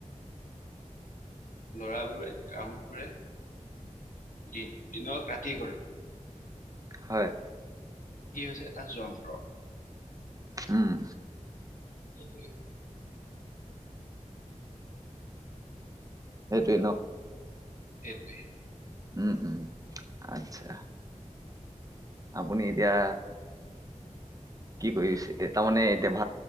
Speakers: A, on the left; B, on the right.
A: লৰাবোৰে কাম কৰে দিনত ৰাতি কৰে।
B: হয়।
A: ই হৈছে এটা যন্ত্ৰ।
B: উম।
A: সেইটোৱে
B: সেইটোৱেই ন?
A: সেইটোৱে।
B: উম উম আচ্ছা আপুনি এতিয়া। কি কৰিছে এ তাৰমানে এতিয়া